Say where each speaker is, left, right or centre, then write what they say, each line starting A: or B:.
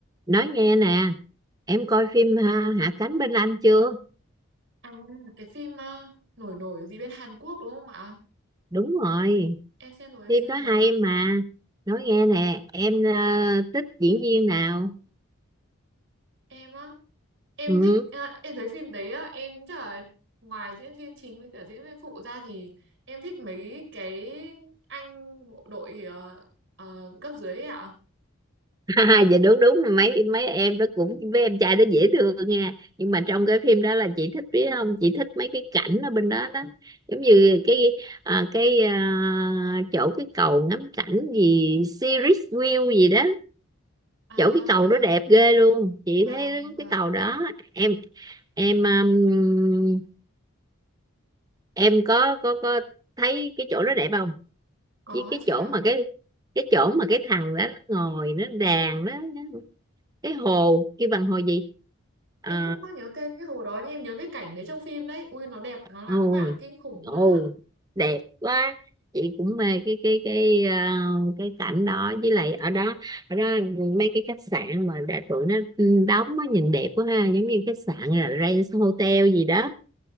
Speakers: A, on the right; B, on the right.
A: nói nghe nè em coi phim ha, Hạ cánh bên Anh chưa
B: À, cái phim uh, nổi nổi gì bên Hàn Quốc đúng không ạ?
A: đúng rồi
B: Em xem rồi, em
A: phim
B: xem
A: đó
B: rồi.
A: hay mà nói nghe nè em ờ, thích diễn viên nào
B: Em á, em
A: ừ
B: thích, à, em thấy phim đấy á, em chắc là ngoài diễn viên chính với cả diễn viên phụ ra thì em thích mấy cái anh bộ đội ờ, ờ, cấp dưới ấy ạ.
A: <laughs> dạ đúng đúng mấy mấy em đó cũng với em trai đó dễ thương nha nhưng mà trong cái phim đó là chị thích biết không chị thích mấy cái cảnh ở bên đó đó giống như cái ờ, cái ờ, chỗ cái cầu ngắm cảnh gì Series View gì đó
B: À,
A: chỗ cái cầu đó đẹp
B: à,
A: ghê luôn chị
B: vâng,
A: thấy
B: vâng,
A: cái cầu đó em em um, em có có có thấy cái chỗ đó đẹp không
B: có
A: với cái
B: chị
A: chỗ
B: ạ.
A: mà cái cái chỗ mà cái thằng đó nó ngồi nó đàn đó nó- cái hồ kêu bằng hồ gì à,
B: Em không có nhớ tên cái hồ đó nhưng em nhớ cái cảnh đấy trong phim đấy. Ui, nó đẹp, nó lãng
A: ôi
B: mạn, kinh khủng
A: ồ
B: lắm.
A: đẹp quá chị cũng mê cái cái cái ờ, cái cảnh đó với lại ở đó ở đó mấy cái khách sạn mà đã tụi nó đóng á nhìn đẹp quá ha giống như khách sạn là Rance Hotel gì đó